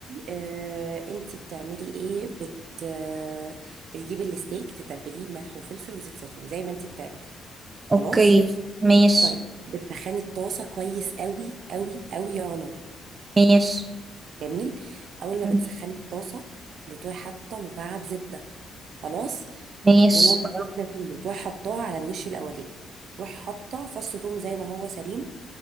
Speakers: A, on the right; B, on the right.
A: آه، انتي بتعملي ايه بت آه، بتجيبي الستيك تتبليه بملح وفلفل وزيت زيتون زي ما انتي بتعملي
B: اوكي
A: خلاص
B: ماشي
A: طيب بتسخني الطاسة كويس قوي قوي قوي يا رنا
B: ماشي
A: جميل أول ما
B: تمام.
A: بتسخني الطاسة بتروحي حاطة مكعب زبدة خلاص
B: ماشي
A: ونقطة زبدة توم تروحي حطاها على الوش الأولاني تروحي حاطة فص توم زي ما هو سليم